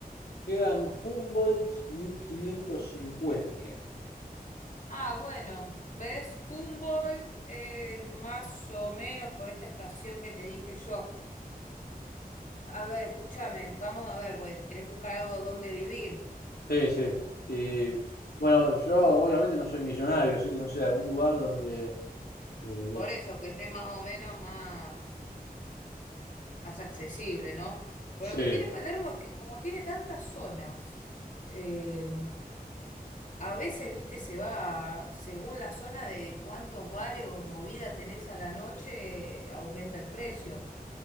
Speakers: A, on the left; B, on the left.
A: queda en Humboldt mil quinientos cincuenta
B: Ah, bueno, ¿ves? Humboldt es más o menos por esta estación que te dije yo. A ver, escúchame, vamos a ver, porque tenés que buscar algo donde vivir.
A: Sí, sí. Y, bueno, yo obviamente no soy millonario, así que no sé, algún lugar donde eh, los-
B: Por eso, que esté más o menos más, más accesible, ¿no? Pero
A: Sí.
B: lo que tiene Palermo es que como tiene tantas zonas, eh, a veces, viste, se va según la zona de cuántos bares o movida tenés a la noche, aumenta el precio.